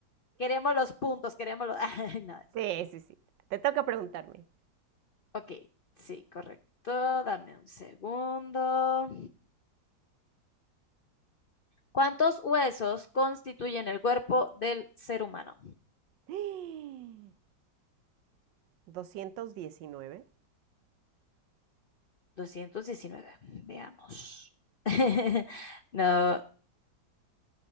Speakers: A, on the left (about 75°); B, on the right (about 80°).
A: Queremos los puntos, queremos los... <laughs> Ay, no, eso.
B: Sí, sí, sí. Te toca preguntarme.
A: Ok, sí, correcto. Dame un segundo. ¿Cuántos huesos constituyen el cuerpo del ser humano?
B: <gasps> 219.
A: doscientos diecinueve veamos. <laughs> No.